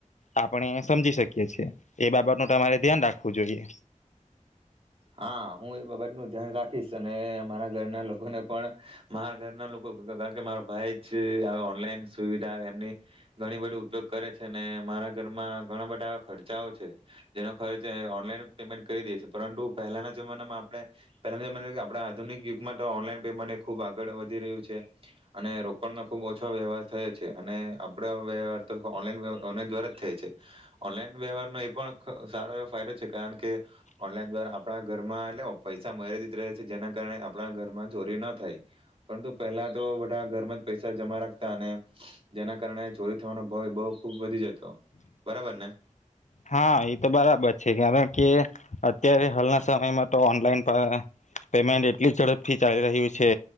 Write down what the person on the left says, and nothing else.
આપણે સમજી શકીએ છીએ એ બાબતનું તમારે ધ્યાન રાખવું જોઈએ.
હા એ તો બરાબર છે કારણ કે અત્યારે હાલના સમયમાં તો ઓનલાઈન પેમેન્ટ એટલી ઝડપથી ચાલી રહ્યું છે